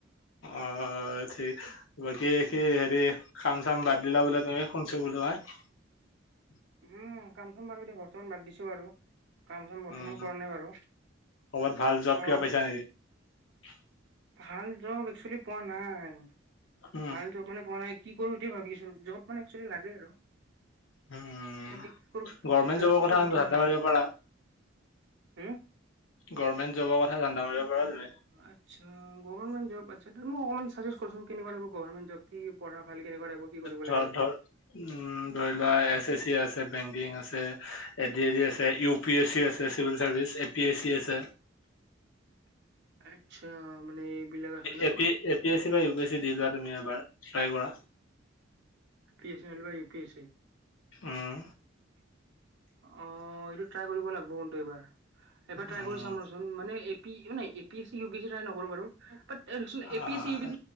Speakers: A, on the left; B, on the right.
A: অ ঠিক বাকী কি হেৰি খাম চাম বাদ দিলা বোলে তুমি শুনছো। <unintelligible>
B: উম কাম চাম বাৰু এতিয়া বৰ্তমান বাদ দিছো বাৰু কাম চাম বৰ্তমান
A: উম
B: কৰা নাই বাৰু।
A: ক'ৰবাত ভাল জব
B: চাওঁ
A: কিবা পাইছা <inaudible>
B: ভাল জব একচুৱেলি পোৱা নাই,
A: উম
B: ভাল জব মানে পোৱা নাই কি কৰোঁ সেইটোৱে ভাবিছো জব মানে একচুৱেলী লাগে আৰু।
A: উম
B: তাকে কি কৰো
A: গভমেণ্ট
B: তাকে
A: জবৰ
B: কি
A: কথা
B: কৰো
A: ধান্দা
B: সেইটোৱে ভাবিছো।
A: মাৰিব পাৰা
B: হম?
A: গভমেণ্ট জবৰ কথা ধান্দা মাৰিব পাৰা তুমি
B: আচ্ছা। গভাৰ্ণমেণ্ট জব অকনমান ছাজেষ্টছঁ কৰ চুন কেনেকুৱা টাইপৰ গভাৰ্ণমেণ্ট জব। কি পঢ়া ভাল কেনেকুৱা টাইপৰ কি কৰিব
A: ধ
B: লাগে মানে
A: ধ উম ধৰি লোৱা এছ এ চি আছে আছে বেংকিং আছে এ ডি এ ডি আছে ইউ পি এছ চি আছে civil service A P S C আছে।
B: আচ্ছা মানে এইবিলাক আছে ন
A: এ পি এছি বা ইউ পি এছি দি দ তুমি এবাৰ ট্ৰাই কৰা
B: পি এছ ই হালিবা ইউ পি এছ ই
A: উম
B: অ এইটো ট্ৰাই কৰিব লাগিব কোনটো এইবাৰ এবাৰ ট্ৰাই
A: উম
B: কৰি চাম ৰচোন মানে A P S C E Piu S ই নকৰোঁ বাৰু বাত
A: আহ,
B: এ পি এছ ই উ